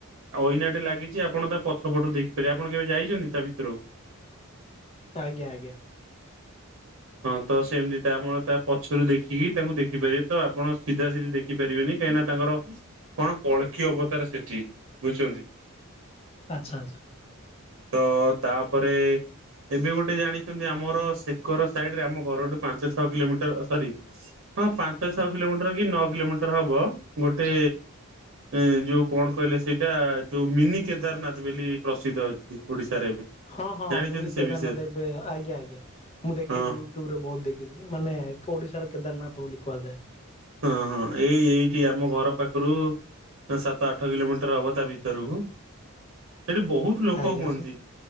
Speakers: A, on the right; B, on the left.
A: ଇନାଟେ ଲାଗିଛି ଆପଣ ତା ପଛ ପଟରୁ ଦେଖିପାରେ ଆପଣ କେବେ ଯାଇଛନ୍ତି ତା ଭିତରୁକୁ
B: ଆଜ୍ଞା ଆଜ୍ଞା।
A: ହଁ ତ ସେମିତି ତାମଳ ତା ପଛରୁ ଦେଖିକି ତାଙ୍କୁ ଦେଖିପାରିବେ ତ ଆପଣ ସିଧା ସିଧା ଦେଖିପାରିବେନି। କହିଁନା ତାଙ୍କର କଣ କଳଖି ଅବତାରେ ସେଠି ବୁଝିଛନ୍ତି।
B: ପାଚଛ ହଜ
A: ତ ତାପରେ ଏବେ ଗୋଟେ ଜାଣିଛନ୍ତି ଆମର ଶେକର ସ ଆମ ଘରଠୁ ପାଞ୍ଚ ଛଅ କିଲୋମିଟର ସରି ହଁ ପାଞ୍ଚ ଛଅ କିଲୋମିଟର କି ନଅ କିଲୋମିଟର ହବ ଗୋଟେ ଏ ଯୋଉ କଣ କହିଲେ ସେଇଟା ଯୋଉ ମିନି କେଦାରନାଥ ବୋଲି ପ୍ରସିଦ୍ଧ ଅଛି ଓଡିଶାରେ ଏବେ
B: ହଁ ହଁ
A: ଜାଣିଛନ୍ତି
B: ମିନି
A: ସେ
B: କେ ଧ
A: ବିଷୟରେ
B: ଆଜ୍ଞା ଆଜ୍ଞା ମୁଁ ଦେଖିଛି
A: ହଁ
B: ୟୁଟ୍ୟୁବ ରେ ବହୁତ ଦେଖିଛି ମାନେ ଓଡିଶାର କେଦାରନାଥ ବୋଲି କହାଯାଏ।
A: ହଁ ହଁ ଏଇ ଏଇଠି ଆମ ଘର ପାଖରୁ ସାତ ଆଠ କିଲୋମିଟର ହବ ତା ଭିତରକୁ ସେଠି ବହୁତ ଲୋକ
B: ଆଜ୍ଞା
A: ହୁଅନ୍ତି